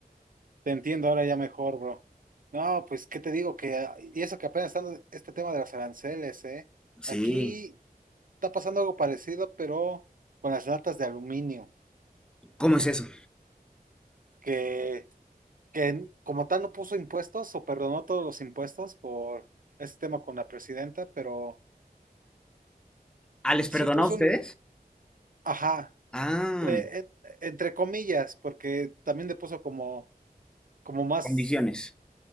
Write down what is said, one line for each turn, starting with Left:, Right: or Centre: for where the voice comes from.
Right: Te entiendo ahora ya mejor, bro. No, pues, ¿qué te digo? Que, ah, y eso que apenas están este tema de las aranceles, ¿eh?
Centre: Sí.
Right: Aquí está pasando algo parecido, pero con las latas de aluminio,
Centre: ¿Cómo es eso?
Right: que, que como tal no puso impuestos o perdonó todos los impuestos por este tema con la presidenta, pero
Centre: Ah, ¿les
Right: sí
Centre: perdonó
Right: puso
Centre: a ustedes?
Right: un... im- Ajá.
Centre: Ah.
Right: eh, eh, entre comillas, porque también le puso como, como más,
Centre: Condiciones.